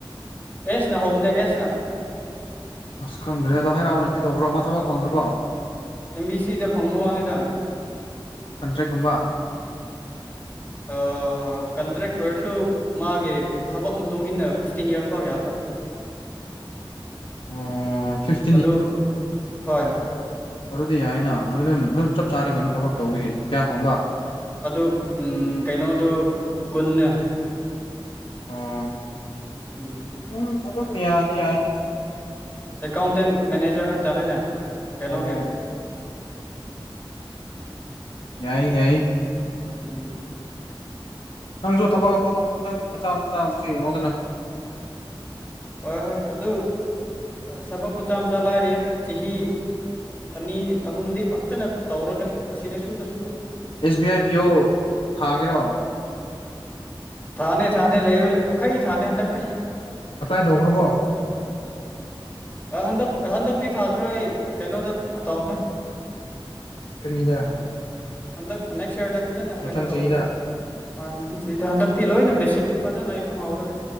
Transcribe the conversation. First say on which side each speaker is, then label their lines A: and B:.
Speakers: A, on the left; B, on the left.
A: ꯑꯦꯁꯅ ꯍꯧꯣꯅꯦ ꯑꯦꯁꯅ
B: ꯑꯁ ꯈꯪꯗ꯭ꯔꯦ ꯑꯗꯣ ꯍꯥꯏꯔꯥꯎꯅ ꯀꯔꯤ ꯇꯧꯕ꯭ꯔꯣ ꯃꯥ ꯊꯕꯛ ꯐꯪꯈ꯭ꯔꯕꯣ
A: ꯑꯦꯝ ꯕꯤ ꯁꯤꯗ ꯐꯪꯕ ꯋꯥꯅꯤꯗ
B: ꯀꯟꯇ꯭ꯔꯦꯛꯀꯨꯝꯕ
A: ꯑꯣ ꯑꯣ ꯀꯟꯇ꯭ꯔꯦꯛ ꯑꯣꯏꯔꯁꯨ ꯃꯥꯒꯤ ꯊꯕꯛ ꯃꯇꯨꯡ ꯏꯟꯅ ꯐꯤꯐꯇꯤꯟ ꯌꯔꯁ ꯐꯥꯎ ꯌꯥꯕ
B: ꯑꯣ ꯁꯤ
A: ꯑꯗꯨ ꯍꯣꯏ
B: ꯑꯗꯨꯗꯤ ꯌꯥꯏꯅ ꯑꯗꯨ ꯑꯗꯨꯝ ꯑꯗꯨꯝ ꯆꯞ ꯆꯥꯔꯤ ꯀꯩꯅꯣ ꯊꯕꯛ ꯇꯧꯕꯔꯤꯒ ꯀꯌꯥ ꯐꯪꯕ
A: ꯑꯗꯨ ꯎꯝ ꯀꯩꯅꯣꯗꯨ ꯀꯨꯟꯅ
B: ꯑꯣ
A: ꯎꯝ
B: ꯎꯝ ꯑꯗꯨꯝ ꯌꯥꯅꯤ ꯌꯥꯅ
A: ꯑꯦꯀꯥꯎꯟꯇꯦꯟ ꯃꯦꯅꯦꯖꯔ ꯍꯥꯏꯕ ꯇꯥꯔꯦꯅꯦ ꯀꯩꯅꯣꯒꯤ
B: ꯑꯣ ꯌꯥꯏ ꯌꯥꯏ
A: ꯎꯝ
B: ꯅꯪꯁꯨ ꯊꯕꯛ ꯑꯇꯣꯞꯇꯣꯞꯄꯁꯨ ꯅꯪ ꯃꯆꯥ ꯃꯆꯥ ꯑꯃꯁꯨ ꯌꯦꯡꯉꯣꯗꯅ
A: ꯍꯣꯏ ꯍꯣꯏ ꯑꯗꯨ ꯊꯕꯛ ꯃꯆꯥ ꯃꯆꯥ ꯂꯥꯏꯔꯤꯌꯦ ꯆꯍꯤ ꯑꯅꯤ ꯑꯍꯨꯝꯗꯤ ꯐꯖꯅ ꯇꯧꯔꯒꯦ ꯑꯁꯤꯗ ꯁꯨꯅ ꯁꯨꯅ
B: ꯑꯦꯁ ꯕꯤ ꯑꯥꯏ ꯄꯤꯌ ꯑꯣ ꯊꯥꯒꯦꯔꯣ
A: ꯊꯥꯅꯤ ꯊꯥꯅꯤ ꯂꯩꯕ ꯃꯈꯩ ꯊꯥꯅꯤ ꯍꯟꯗꯛꯇꯤ
B: ꯑꯦꯄ꯭ꯂꯥꯏ ꯇꯧꯈ꯭ꯔꯕꯣ
A: ꯑ ꯍꯟꯗꯛ ꯍꯟꯗꯛꯇꯤ ꯊꯥꯈ꯭ꯔꯦ ꯑꯩ ꯀꯩꯅꯣꯗ ꯇꯧꯅꯦ
B: ꯀ꯭ꯔꯔꯤꯗꯥ
A: ꯍꯟꯗꯛ ꯅꯦꯛꯁ ꯏꯌꯥꯔꯗ ꯐꯖꯅ
B: ꯃꯊꯪ
A: ꯀꯩꯅꯣ ꯇꯧꯒꯦ
B: ꯆꯍꯤꯗ
A: ꯑ ꯃꯊꯪ ꯆꯍꯤꯗ ꯍꯟꯗꯛꯇꯤ ꯂꯣꯏꯅ ꯕꯦꯁꯤꯛꯇꯨ ꯐꯖꯅ ꯑꯩ ꯈꯪꯍꯧꯔꯒꯦ